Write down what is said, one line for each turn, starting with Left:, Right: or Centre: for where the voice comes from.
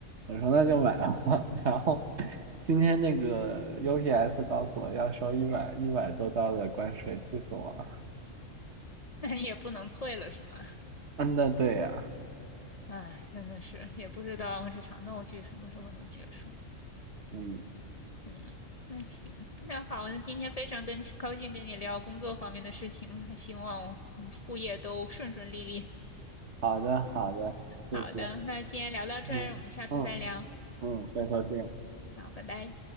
Right: 我说那就买吧。<laughs> 然后今天那个 UPS 告诉我要收一百一百多刀的关税，气死我了。
Left: 那你也不能退了，是吧？
Right: 嗯，那对呀、
Left: 唉，真的是，也不知道这场闹剧什么时候能结束。
Right: 嗯，
Left: 嗯，那行，那好，那今天非常跟高兴跟你聊工作方面的事情了，希望我们副业都顺顺利利。
Right: 好的好的，
Left: 好的，
Right: 谢谢。
Left: 那先聊到这儿，
Right: 嗯嗯
Left: 我们下次再聊。
Right: 嗯，回头见。
Left: 好，拜拜。